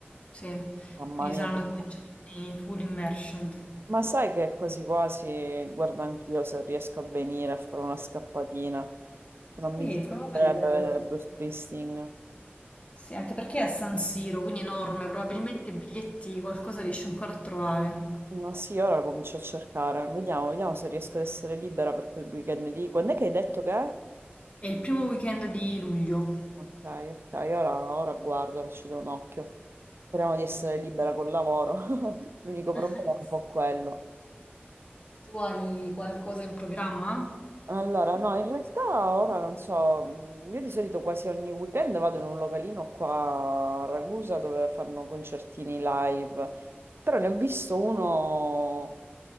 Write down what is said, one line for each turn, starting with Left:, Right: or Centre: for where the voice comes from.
Left: sì,
Right: Mamma
Left: quindi
Right: mia,
Left: saranno
Right: che-
Left: due giorni full immersion.
Right: ma sai che quasi quasi guardo anch'io se riesco a venire a fare una scappatina. Non
Left: Sì,
Right: mi dispiacerebbe
Left: prova a vedere.
Right: vedere Bruce Springsteen.
Left: Sì, anche perché è a San Siro, quindi enorme, probabilmente biglietti qualcosa riesce ancora a trovare.
Right: Ma sì, ora comincio a cercare. Vediamo, vediamo se riesco ad essere libera per quel weekend lì. Quando è che hai detto che è?
Left: È il primo weekend di luglio.
Right: Ok, ok, ora, ora guardo, ora ci do un occhio. Speriamo di essere libera col lavoro. <laughs> L'unico
Left: Nice.
Right: problema è un po' quello.
Left: Tu hai qualcosa in programma?
Right: Allora, no, in realtà ora non so, mh, io di solito quasi ogni weekend vado in un localino qua a Ragusa dove fanno concertini live, però ne ho visto uno